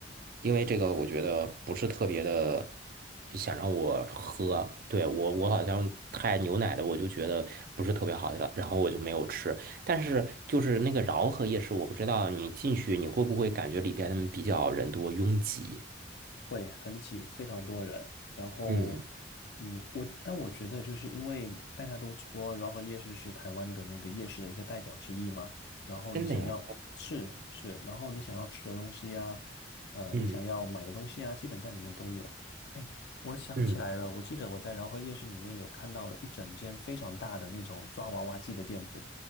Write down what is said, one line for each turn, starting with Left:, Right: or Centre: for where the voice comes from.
Right: 因为这个我觉得不是特别的想让我喝。对，我我好像太牛奶的，我就觉得不是特别好的，然后我就没有吃。但是就是那个饶河夜市，我不知道你进去你会不会感觉里边比较人多拥挤？
Left: 会很挤，非常多人。然后，
Right: 嗯，
Left: 嗯，我但我觉得就是因为大家都说饶河夜市是台湾的那个夜市的一个代表之一嘛，然后你想要是是，
Right: 真的呀，
Left: 然后你想要吃的东西呀、呃，
Right: 嗯
Left: 你想要买的东西啊，基本在里面都有。哎，我想起来了，
Right: 嗯，
Left: 我记得我在饶河夜市里面有看到了一整间非常大的那种抓娃娃机的店铺，